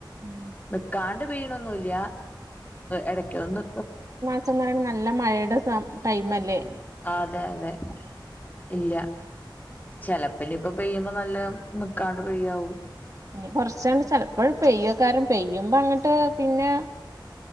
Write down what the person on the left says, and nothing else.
നിക്കാണ്ട് പെയ്യിണൊന്നുല്ല. ഇടക്കന്ന്
ആഹ് അതെ അതെ. ഇല്ല. ചെലപ്പിന് ഇപ്പ പെയ്യുമ്പോ നല്ല നക്കാണ്ട് പെയ്യാവു.